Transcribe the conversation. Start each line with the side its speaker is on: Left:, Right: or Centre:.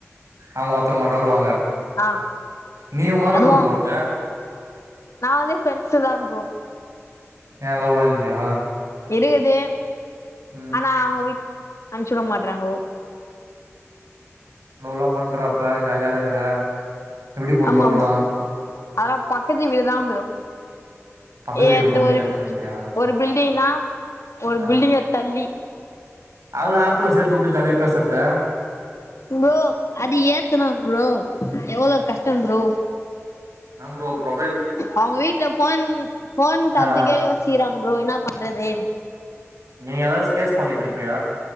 Right: அவுங்க ஒருத்தவங்க மட்டு வருவாங்க
Left: ஆ
Right: நீ உங்காள
Left: அதுவு
Right: கூட்டு போறது
Left: நா வந்து ஃப்ரெண்ட்ஸ் தா ப்ரோ
Right: ஏ லவ்லா இல்லையா
Left: இருக்குது
Right: ம்
Left: ஆனா அவுங்க வீட்டு அனுச்சு விட மாட்டறாங்கோ
Right: லவ்லா பண்றப்ப ஜாலியா இருக்கற எப்டி போது
Left: ஆமா
Right: லவ்லா
Left: ஆமா ஆனா பக்கத்து வீடுதா ப்ரோ
Right: பக்கத்து
Left: ஏந்து
Right: வீட்டு பொண்ணே
Left: ஒரு
Right: கரெக்ட் பண்ட்டியா
Left: ஒரு பில்டிங்னா ஒரு
Right: ஆ
Left: பில்டிங்க தள்ளி
Right: அல்ல ஆப்புல சேத்து உட்டு ஜாலியா பேசுறது
Left: ப்ரோ அது ஏத்தனு ப்ரோ எவ்வளோ கஷ்டம் ப்ரோ
Right: என்ன ப்ரோ ப்ரொஃபைல்ஸ்
Left: அவுங்க வீட்டு்ல ஃபோன் ஃபோன் தந்துக்கே
Right: ஆ
Left: யோசிக்கிறாங்க ப்ரோ என்ன பண்றது
Right: நீங்க எதாச்சு கேஸ் பண்ணிட்டு இருப்பீய